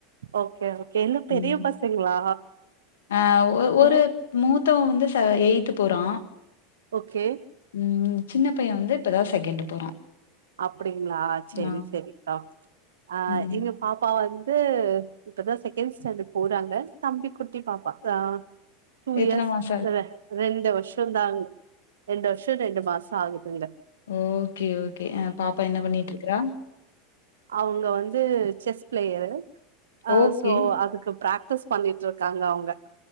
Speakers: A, on the right; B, on the left.
A: ஓகே ஓகே எல்லா பெரிய
B: ம்
A: பசங்களா
B: ஆ ஒ
A: ஆ
B: ஒரு மூத்தவ வந்து ச எயித்து போறா
A: ஓகே
B: ம் சின்ன பைய வந்து இப்பதா செகண்ட் போறா
A: அப்புடிங்களா செரி
B: ஆ
A: செரிக்கா அ
B: ம்
A: எங்க பாப்பா வந்து இப்பதா செகண்ட் ஸ்டேண்டர்ட் போறாங்க தம்பி குட்டி பாப்பா அ டூ
B: எத்தன
A: இயர்ஸ்
B: மாச
A: ரெ ரெண்டு வருஷம் தாங் ரெண்டு வருஷோ ரெண்டு மாசோ ஆகுதுங்க
B: ஓகே ஓகே பாப்பா என்ன பண்ணிட்டு இருக்குறா
A: அவுங்க வந்து செஸ் பிளேயரு அ
B: ஓகே
A: சோ அதுக்கு பிராக்டிஸ் பண்ணிட்டு இருக்காங்க அவுங்க